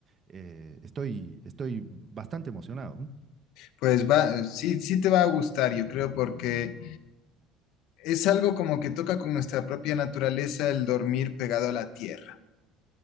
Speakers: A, on the right (about 35°); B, on the left (about 60°).
A: Eh, estoy, estoy bastante emocionado. ¿eh?
B: Pues va, sí, sí te va a gustar, yo creo, porque es algo como que toca con nuestra propia naturaleza el dormir pegado a la tierra.